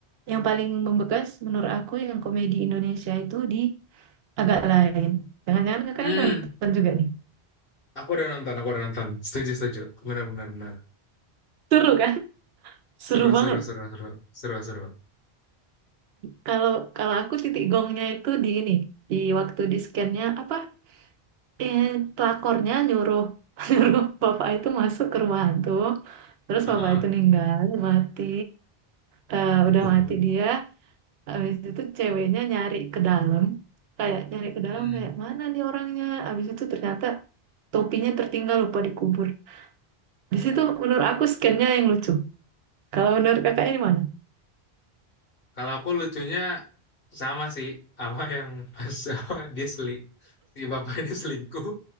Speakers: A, on the right; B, on the left.
A: yang paling membekas menurut aku yang komedi Indonesia itu di agak lain. Jangan-jangan kakaknya
B: Hmm,
A: udah nonton juga nih.
B: aku udah nonton, aku udah nonton. Setuju, setuju. Benar, benar, benar.
A: Seru kan? Seru
B: Seru,
A: banget.
B: seru, seru, seru, seru, seru.
A: Kalau kalau aku titik gongnya itu di ini, di waktu di scan-nya apa? Eh, pelakornya nyuruh <laughs> nyuruh bapak itu masuk ke rumah hantu. Terus
B: Heeh,
A: bapak itu meninggal, mati. Eh,
B: dikubur.
A: udah mati dia. Habis itu ceweknya nyari ke dalam kayak nyari ke
B: Hmm.
A: dalam kayak mana nih orangnya abis itu ternyata topinya tertinggal lupa dikubur. Di situ menurut aku scan-nya yang lucu. Kalau menurut kakaknya di mana?
B: Kalau aku lucunya sama sih, apa yang pas <laughs> apa, dia seli, si bapak ini selingkuh,